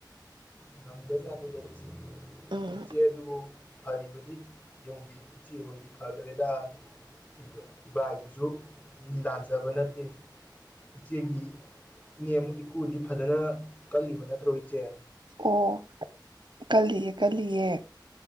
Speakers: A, on the left; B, on the right.
A: ꯉꯝꯒ꯭ꯔꯖꯥꯠꯅꯤꯗ ꯏꯆꯦ
B: ꯎꯝ
A: ꯏꯆꯦ ꯑꯗꯨꯕꯨ ꯐꯔꯤꯕꯗꯤ ꯌꯨꯝꯒꯤ ꯏꯆꯦ ꯍꯣꯏꯗꯤ ꯐꯒ꯭ꯔꯦꯗ ꯏꯕ ꯑ ꯏꯕꯥꯗꯨꯖꯨ ꯃꯤ ꯂꯥꯟꯖꯕ ꯅꯠꯇꯦ ꯏꯆꯦꯒꯤ ꯏꯅꯦꯝ ꯏꯀꯨꯗꯤ ꯐꯖꯅ ꯀꯜꯂꯤꯕ ꯅꯠꯇ꯭ꯔꯣ ꯏꯆꯦ
B: ꯑꯣ ꯀꯜꯂꯤꯌꯦ ꯀꯜꯂꯤꯌꯦ